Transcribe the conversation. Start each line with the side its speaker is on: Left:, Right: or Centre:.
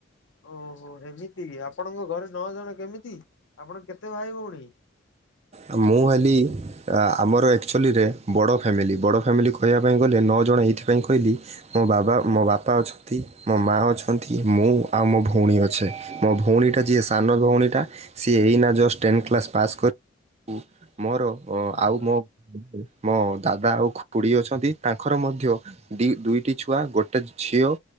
Left: ଓହୋ, ଏମିତି କି ଆପଣଙ୍କ ଘରେ ନଅ ଜଣ କେମିତି? ଆପଣ କେତେ ଭାଇ ଭଉଣୀ?
Right: ଆଉ ମୁଁ ହେଲି ଆ, ଆମର ଏକ୍ଚଲିରେ ବଡ଼ ଫ୍ୟାମିଲି, ବଡ଼ ଫ୍ୟାମିଲି କହିବା ପାଇଁ ଗଲେ ନଅ ଜଣ ଏଇଥିପାଇଁ କହିଲି ମୋ ବାବା ମୋ ବାପା ଅଛନ୍ତି, ମୋ ମା ଅଛନ୍ତି, ମୁଁ ଆଉ ମୋ ଭଉଣୀ ଅଛେ। ମୋ ଭଉଣୀ ଟା ଯିଏ ସାନ ଭଉଣୀ ଟା ସିଏ ଏଇନା ଜଷ୍ଟ ଟେନ୍ କ୍ଲାସ୍ ପାସ୍ କର କୁ ମୋର ଅ,
Left: ହୁଁ
Right: ଆଉ
Left: ହୁଁ
Right: ମୋ ମୋ ଦାଦା ଆଉ ଖୁଡି ଅଛନ୍ତି, ତାଙ୍କର ମଧ୍ୟ ଦି ଦୁଇଟି ଛୁଆ ଗୋଟେ ଝିଅ